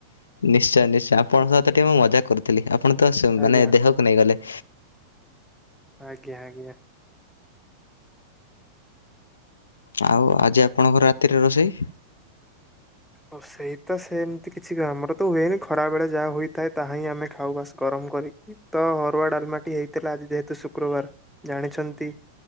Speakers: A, on the left; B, in the centre.
A: ନିଶ୍ଚୟ ନିଶ୍ଚୟ ଆପଣଙ୍କ ସହିତ ଟିକେ ମୁଁ ମଜାକ୍ କରୁଥିଲି, ଆପଣ ତ ସୁ
B: ଆଜ୍ଞା
A: ମାନେ ଦେହ କୁ ନେଇଗଲେ।
B: ଆଜ୍ଞା ଆଜ୍ଞା।
A: ଆଉ ଆଜି ଆପଣଙ୍କର ରାତିରେ ରୋଷେଇ?
B: ରୋସେଇତ ସେମ୍ତି କିଛି ଘ ଆମର ତ ହୁଏନି ଖରା ବେଳେ ଯାହା ହୋଇଥାଏ, ତାହାହିିଁ ଆମେ ଖାଉ ବାସ୍ ଗରମ କରି। ତ ହରୁଆ ଡାଲ୍ମାଟି ହେଇଥିଲା, ଆଜି ଯେହେତୁ ଶୁକ୍ରବାର୍ ଜାଣିଛନ୍ତି।